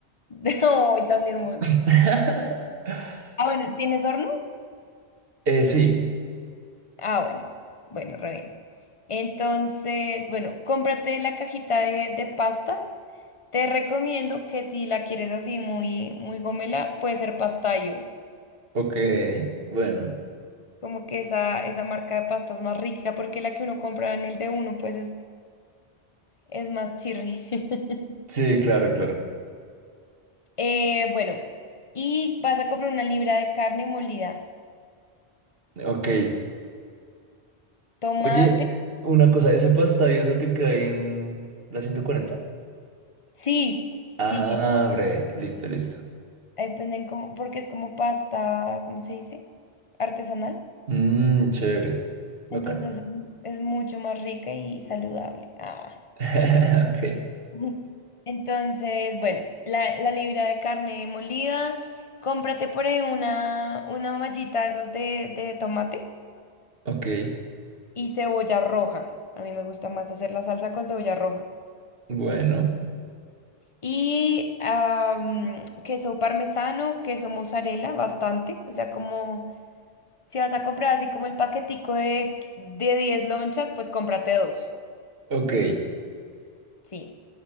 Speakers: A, on the left; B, on the right.
A: No, tan hermoso.
B: <laughs>
A: Ah, bueno, ¿tienes horno?
B: Eh, sí.
A: Ah, bueno. Bueno, re bien. Entonces, bueno, cómprate la cajita de, de pasta. Te recomiendo que si la quieres así muy, muy gomela, puede ser pastayo.
B: Ok, bueno.
A: como que esa, esa marca de pasta es más rica porque la que uno compra en el de uno pues es, es más chirri. <laughs>
B: Sí, claro, claro.
A: Eh, bueno, y vas a comprar una libra de carne molida.
B: Ok.
A: Tomate.
B: Oye, una cosa, ¿ese pastadio es el que cae en la 140?
A: Sí,
B: Ah,
A: sí, sí. sí.
B: breve. Listo, listo.
A: Ahí venden como, porque es como pasta, ¿cómo se dice? Artesanal.
B: Mmm, chévere. Bacano.
A: Entonces es, Ujú. es mucho más rica y saludable. Ah.
B: <laughs> Ok,
A: <laughs> Ujú. Entonces, bueno, la, la libra de carne molida. Cómprate por ahí una, una mallita de esas de, de tomate.
B: ok.
A: y cebolla roja. A mí me gusta más hacer la salsa con cebolla roja.
B: Bueno,
A: Y ah, mm, queso parmesano, queso mozzarella, bastante. O sea, como si vas a comprar así como el paquetico de, de 10 lonchas, pues cómprate dos.
B: ok.
A: Sí.